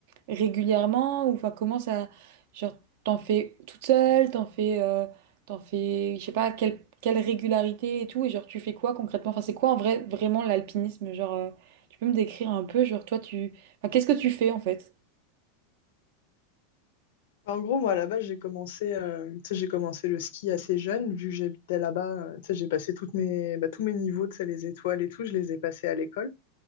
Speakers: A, on the right; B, on the left.
A: régulièrement ou enfin, comment ça, genre, t'en fais toute seule, t'en fais, euh, t'en fais, je sais pas, quelle, quelle régularité et tout, et genre, tu fais quoi concrètement? Enfin, c'est quoi en vrai, vraiment l'alpinisme? Genre, euh, tu peux me décrire un peu, genre, toi, tu, enfin, qu'est-ce que tu fais en fait?
B: Enfin, En gros, moi, à la base, j'ai commencé, euh, tu sais, j'ai commencé le ski assez jeune, vu que j'habitais là-bas. euh, tu sais, j'ai passé toutes mes, bah, tous mes niveaux, tu sais, les étoiles et tout, je les ai passés à l'école.